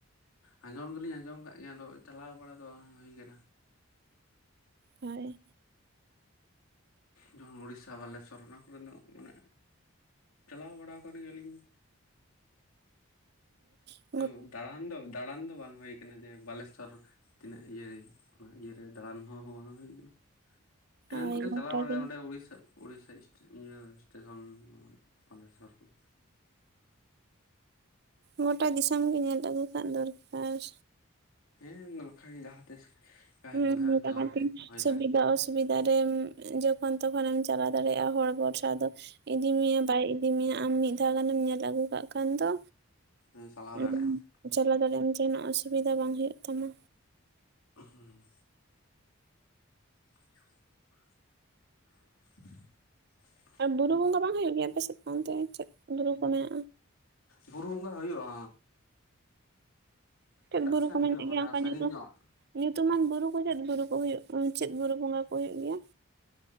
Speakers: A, on the left; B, on the right.
A: ᱟᱸᱡᱚᱢ ᱫᱚᱞᱤᱧ ᱟᱸᱡᱚᱢ ᱟᱠᱟᱜ ᱜᱮᱭᱟ ᱟᱫᱚ ᱪᱟᱞᱟᱣ ᱵᱟᱲᱟ ᱫᱚ ᱵᱟᱝ ᱦᱩᱭ ᱟᱠᱟᱱᱟ᱾
B: ᱦᱳᱭ <inaudible>
A: ᱡᱮᱢᱚᱱ ᱩᱲᱤᱥᱥᱟ ᱵᱟᱞᱮᱥᱥᱚᱨ ᱚᱱᱟ ᱠᱚᱨᱮ ᱫᱚ ᱢᱟᱱᱮ ᱪᱟᱞᱟᱣ ᱵᱟᱲᱟ ᱟᱠᱟᱱ ᱜᱮᱭᱟ ᱞᱤᱧ
B: ᱟᱨ
A: ᱛᱚ ᱫᱟᱲᱟᱱ ᱫᱚ ᱫᱟᱲᱟᱱ ᱫᱚ ᱵᱟᱝ ᱦᱩᱭ ᱟᱠᱟᱱᱟ ᱡᱮ ᱵᱟᱞᱮᱥᱥᱚᱨ ᱛᱤᱱᱟᱹᱜ ᱤᱭᱮ ᱚᱱᱟ ᱤᱭᱟᱹᱨᱮ ᱫᱟᱬᱟᱱ ᱦᱚᱸ ᱵᱟᱝ ᱦᱩᱭ ᱟᱠᱟᱱᱟ᱾ ᱴᱨᱮᱱ
B: ᱦᱳᱭ
A: ᱠᱚᱛᱮ
B: ᱜᱚᱴᱟ
A: ᱪᱟᱞᱟᱣ ᱵᱟᱲᱟᱭᱟ
B: ᱜᱮ
A: ᱚᱸᱰᱮ ᱩᱲᱤᱥᱥᱟ ᱲᱤᱥᱥᱟ ᱤᱭᱟᱹ ᱥᱴᱮᱥᱚᱱ ᱵᱟᱞᱮᱥᱥᱚᱨ ᱥᱩᱨ
B: ᱜᱚᱴᱟ ᱫᱤᱥᱚᱢ ᱜᱮ ᱧᱮᱞ ᱟᱹᱜᱩ ᱠᱟᱜ ᱫᱚᱨᱠᱟᱨ
A: ᱦᱮᱸ ᱱᱚᱝᱠᱟᱜ ᱜᱮ ᱡᱟᱦᱟᱸ ᱛᱤᱥ ᱡᱟᱦᱟᱸᱭ
B: ᱦᱩᱸ
A: ᱠᱚ
B: ᱥᱵᱤᱫᱷᱟ
A: ᱪᱟᱞᱟᱣ
B: ᱚ
A: ᱦᱮᱡ ᱦᱩᱭ ᱫᱟᱲᱮᱭᱟᱜᱼᱟ
B: ᱥᱩᱵᱤᱫᱟ ᱚᱥᱩᱵᱤᱫᱟ ᱨᱮᱢ ᱡᱚᱠᱷᱚᱱ ᱛᱚᱠᱷᱚᱱᱮᱢ ᱪᱟᱞᱟᱣ ᱫᱟᱲᱮᱭᱟᱜᱼᱟ ᱦᱚᱲ ᱵᱷᱚᱨᱥᱟ ᱫᱚ ᱤᱫᱤ ᱢᱮᱭᱟᱭ ᱵᱟᱭ ᱤᱫᱤ ᱢᱮ ᱤᱫᱤᱢᱭᱟ ᱟᱢ ᱢᱤᱫ ᱫᱷᱟᱣ ᱜᱟᱱᱮᱢ ᱧᱮᱞ ᱟᱹᱜᱩ ᱠᱟᱜ ᱠᱷᱟᱱ ᱫᱚ
A: ᱦᱮᱸᱪᱟᱞᱟᱣ ᱫᱟᱲᱮᱭᱟᱜᱼᱟ᱾
B: ᱩᱸ ᱪᱟᱞᱟᱣ ᱫᱟᱲᱮᱭᱟᱜ ᱟᱢ ᱡᱟᱦᱟᱸᱱᱟᱜ ᱚᱥᱩᱵᱤᱫᱟ ᱵᱟᱝ ᱦᱩᱭᱩᱜ ᱛᱟᱢᱟ᱾
A: ᱦᱮᱸ <unintelligible> <unintelligible>
B: ᱟᱨ ᱵᱩᱨᱩ ᱵᱚᱸᱜᱟ ᱵᱟᱝ ᱦᱩᱭᱩᱜ ᱜᱮᱭᱟ ᱟᱯᱮ ᱥᱮᱫ ᱳᱱ ᱚᱱᱛᱮ ᱪᱮᱫ ᱵᱩᱨᱩ ᱠᱚ ᱢᱮᱱᱟᱜᱼᱟ?
A: ᱵᱩᱨᱩ ᱵᱚᱸᱜᱟ ᱦᱩᱭᱩᱜᱼᱟ᱾
B: ᱪᱮᱫ
A: ᱮᱴᱟᱜ
B: ᱵᱩᱨᱩ
A: ᱥᱮᱱ
B: ᱠᱚ
A: ᱦᱩᱭᱩᱜᱼᱟ
B: ᱢᱮᱱᱟᱜ
A: ᱢᱟᱱᱮ
B: ᱜᱮᱭᱟ ᱚᱱᱠᱟ
A: ᱥᱟᱺᱜᱤᱧ
B: ᱧᱩᱛᱩᱢ
A: ᱧᱚᱜ,
B: ᱧᱩᱛᱩᱢᱟᱱ ᱵᱩᱨᱩ ᱠᱚ ᱪᱮᱫ ᱵᱩᱨᱩ ᱠᱚ ᱦᱩᱭᱩᱜᱼᱟ, ᱪᱮᱫ ᱵᱩᱨᱩ ᱵᱚᱸᱜᱟ ᱠᱚ ᱦᱩᱭᱩᱜ ᱜᱮᱭᱟ?